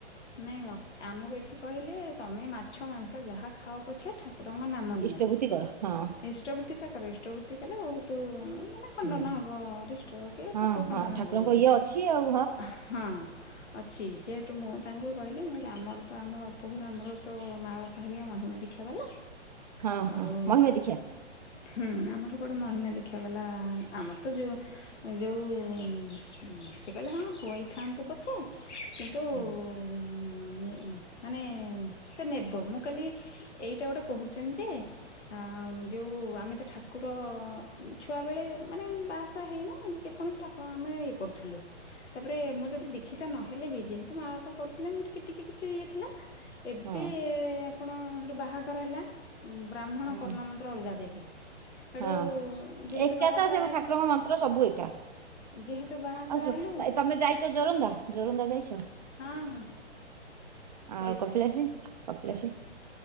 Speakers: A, on the left; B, on the right.
A: ନାଇଁ ମତେ ଆମକୁ ଏଠି କହିଲେ ତମେ ମାଛ ମାଂସ ଯାହା ଖାଅ ପଛେ ଠାକୁରଙ୍କ ନାମ ନିଅ।
B: ଇଷ୍ଟଭୂତି
A: ଇସ୍
B: କର ହଁ
A: ଇଷ୍ଟଭୃତିଟା କର ଇଷ୍ଟଭୃତି କଲେ ବହୁତ ମାନେ ଖଣ୍ଡନ
B: ହଁ।
A: ହବ ରିଷ୍ଟ କି
B: ହଁ
A: ପାପ
B: ହଁ
A: ଖଣ୍ଡନ
B: ଠାକୁରଙ୍କ
A: ହବ ଗୋଟି
B: ଇଏ ଅଛି ଆଉ
A: ହଁ। ଅଛି ଯେହେତୁ ମୁଁ ତାଙ୍କୁ କହିଲି ମୁଁ କହିଲି ଆମର ତ ଆମ ବାପ ଘର ଆମର ତ ମାଆ ବାପା ହେରିଆ ମହିମା ଦିକ୍ଷା ବାଲା।
B: ହଁ ହଁ
A: ଆଉ
B: ମହିମା ଦୀକ୍ଷା
A: ହୁଁ ଆମର ତ ସେପଟେ ମହିମା ଦିକ୍ଷା ବାଲା ଆମର ତ ଯୋଉ ଯୋଉ ସେ କହିଲେ ହଁ ହୋଇଥାଆନ୍ତୁ ପଛେ। କିନ୍ତୁ
B: ହଁ
A: ତାକୁ ନେ ମାନେ ସେ ନେବ। ମୁଁ କହିଲି ଏଇଟା ଗୋଟେ କହୁଚନ୍ତି ଯେ ଆ ଯୋଉ ଆମେ ତ ଠାକୁର ଛୁଆ ବେଳେ ମାନେ ବାହା ସାହା ହେଇନୁ। ଯେକୌଣସି ଠା ତାକୁ ଆମେ ଇଏ କରୁଥିଲୁ। ତାପରେ ମୁଁ ଯଦି ଦି ଶିକ୍ଷିତା ନହେଲେ ବି ଯେହେତୁ ମା ବାପା କରୁଥିଲେ। ମୁଁ ଟିକେ ଟିକେ କିଛି ଇଏ ଥିଲା। ଏବେ
B: ହଁ
A: ଆପଣ ହେଠୁ ବାହାଘର ହେଲା। ବ୍ରାହ୍ମଣ
B: ହୁଁ
A: କର୍ଣ୍ଣ ମନ୍ତ୍ର ଅଲଗା ଦେଲେ। ହେଠୁ
B: ହଁ
A: ଯେହେତୁ
B: ଏକା
A: ବାହାଶାହା
B: ତ ସେ
A: ହେଲୁ
B: ଠାକୁରଙ୍କ ମନ୍ତ୍ର ସବୁ ଏକା।
A: ଯେହେତୁ ବାହା
B: ଆଉ
A: ସାହା ହେଲୁ
B: ତମେ ଯାଇଚ ଜୋରନ୍ଦା ଜୋରନ୍ଦା ଯାଇଛ।
A: ହଁ ହଁ
B: ଆଉ
A: ଯାଇଛି
B: କପିଳାଶେ କପିଳାଶେ